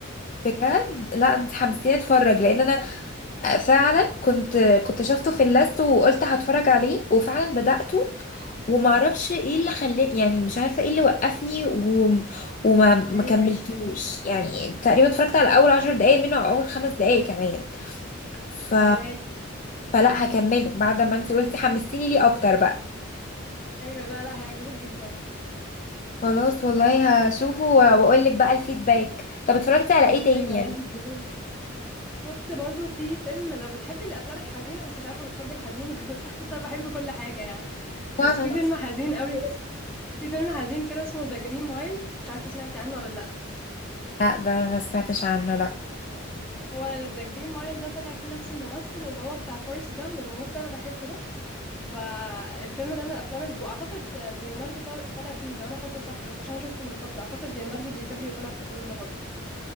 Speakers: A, on the left; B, in the centre.
A: بجد لا انت حمستيني اتفرج لان انا فعلا كنت كنت شفته في اللاست وقلت هتفرج عليه وفعلا بدأته ومعرفش ايه اللي خلاني يعني مش عارفه ايه اللي وقفني و... وما ما
B: ايوه
A: كملتوش يعني تقريبا اتفرجت على اول عشر دقايق منه او اول خمس دقايق كمان ف
B: فهماكي
A: فلا هكمله بعد ما انت قلتي حمستيني ليه اكتر بقى
B: ايوه لا لا هيعجبك جدا
A: خلاص والله هشوفه واقول لك بقى الفيدباك طب اتفرجتي على ايه تاني
B: ايوه
A: يعني
B: لازم تقولي شفت برضو في فيلم لو بتحبي الافلام الحزينه بس مش عارفه بتحبي الحزين ولا لا بس انا بحب كل حاجه يعني
A: وانا
B: بس في فيلم حزين قوي في فيلم حزين كده اسمه ذا جرين مايل مش عارفه سمعتي عنه ولا لا
A: لا ده أنا ما سمعتش عنه لا
B: هو ذا جرين مايل ده طلع فيه نفس الممثل اللي هو بتاع فورست جامب الممثل اللي انا بحبه ده فالفيلم ده من الافلام اللي... واعتقد ليوناردو طا- طالع فيه لو انا فاكره صح بس عشان شفته من فتره اعتقد ليوناردو دي كابريو طالع في الفيلم ده برضو